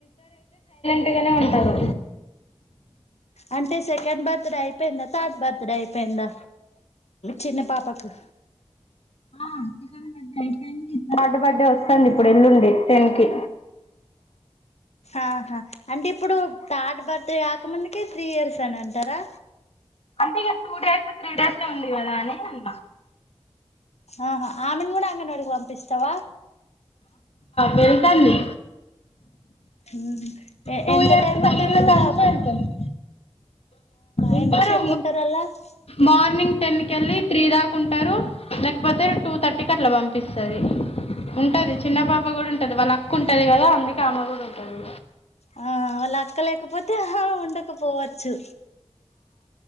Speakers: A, on the left; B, on the left.
A: టెంట్ గానే ఉంటారు
B: అంటే సెకండ్ బర్త్ డే అయిపోయిందా థర్డ్ బర్త్డే అయిపోయిందా చిన్న పాపకు
A: ఆ సెకండ్ బర్త్డే అయిపోయింది థర్డ్ బర్త్ డే వస్తాంది ఇప్పుడు ఎల్లుండి టెన్ కి
B: ఆహా అంటే ఇప్పుడు థర్డ్ బర్త్ డే ఎంత మందికి త్రీ ఇయర్స్ అని అంటారా
A: అంతే గా టూ డేస్ త్రీ డేస్ ఐ ఉంది కదా అని అన్నా
B: ఆహా ఆమెను కూడా అంగన్వాడికి పంపిస్తావా
A: వెళ్తాంది
B: యూ
A: టూ
B: ఎంత
A: ఇయర్స్
B: టైం
A: తగిలిన
B: ఉంటారు
A: కాంచే
B: ఆ
A: వెళ్తాంది ఉంటారు
B: ఎంతసేపు ఉంటారు అలా
A: మార్నింగ్ టెన్ కి వెళ్ళి త్రీ దాకా ఉంటారు లేకపోతే టూ థర్టీ కి అట్ల పంపిస్తాది ఉంటది చిన్న పాప కూడా ఉంటది వాళ్ళ అక్క ఉంటది కదా అందుకే ఆమె కూడా ఉంటది
B: ఆ వాళ్ల అక్క లేక పో వొదోహం ఉండకపోవచ్చు